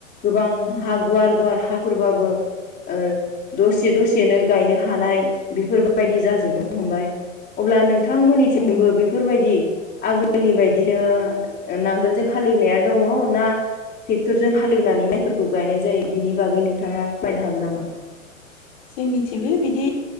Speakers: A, on the left; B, on the left.
A: गोबां
B: उम
A: हा गुवार गुवार हाफोरबाबो ओ दसे दसेनो गायनो हानाय बेफोरबायदि जाजोबनो हमबाय अब्ला नोंथांमोननिथिंबो
B: उम
A: बेफोरबायदि आगोलनि बायदि बिदिनो नांगोलजों हाललिवनाया दङ ना ट्रेक्टरजों हालेवनानै माइफोरखौ गायनाय जायो बिनि बागै नोंथाङा फोरमायनो हागोन नामा?
B: जोंनिथिबो बिदि